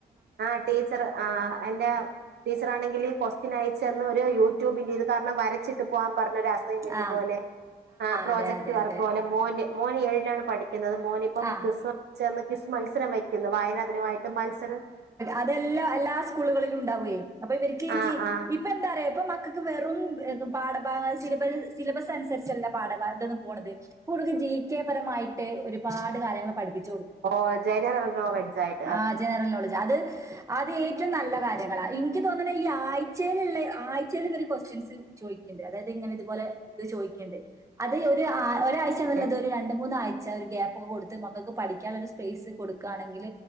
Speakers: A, on the right; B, on the right.
A: ആ് ടീച്ചർ ആ് എറെ ടീച്ചർ ആണെങ്കില് കൊക്സ്റ്റിനായി ച ഒരു യൂട്യൂബി് ഇത് കാരണം വരച്ചിട്ട് പോവാൻ പറഞ്ഞൊരു അസൈൻമെന്റ്
B: ആ
A: പോലെ ആ പ്രോജക്ട്
B: അതെ അതെ
A: വർക്ക്
B: അതെ
A: പോലെ മോന് മൂന്ന് ഏഴിനാണ് പഠിക്കുന്നത് ുന്നത് മോനി ഇപ്പം
B: ആ
A: ക്രിസ്മന്ന് ക്വിസ് മത്സരം വെയ് ഇന്ന് വായന ദിനമായിട്ട് മത്സൽ
B: അതെല്ലാം എല്ലാ സ്കൂളുകളിലും ഉണ്ടാവുയെ അപ്പൊ ഇവർക്ക്
A: ആ
B: ജി
A: ആ
B: എപ്പോ എന്താ ഇപ്പ മക്കൾക്ക് വെറും പാഠഭാഗ സിലബസ് അനുസരിച്ചല്ല പാഠാ ഭാഗത്ത്‌ നിന്ന് പോണത് ജി കെ പരമായിട്ട് ഒരുപാട് കാര്യങ്ങൾ പഠിപ്പി <unintelligible>
A: <unintelligible>
B: ആ ജനറൽ നോളജ് അത് അത് ഏറ്റവുംന നല്ല കാര്യങ്ങള എനിക്ക് തോന്ന ഈ ആഴ്ച്ചെലുള്ള ആഴ്ചയിൽഇവര് ക്യുസ്റ്റൻസ് ചോദിക്കണ്ട് അതായത് ഇങ്ങനെ ഇതുപോലെ ചോദിക്കണ്ട് അത് ഒര് ആ ഒരാഴ്ച
A: ആയിട്ട്
B: നല്ലത് ഒരു രണ്ട് മൂന്നാഴ്ച ഗ്യാപ്പൊക്കെ കൊടുത്ത് മക്കൾക്ക് പഠിക്കാനുള്ള ഒരു സ്പേസ് കൊടുക്കുകയാണെങ്കിൽ